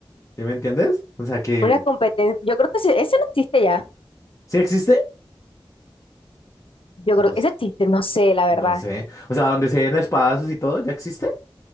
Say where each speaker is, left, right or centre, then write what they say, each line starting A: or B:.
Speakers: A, on the left; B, on the left.
A: ¿sí me entiendes? O sea que,
B: Una competencia. Yo creo que ese, ese no existe ya.
A: ¿sí existe?
B: Yo
A: No,
B: creo
A: s-
B: que ese existe, no sé, la verdad.
A: no sé, o sea, donde se den espadazos y todo, ¿ya existe?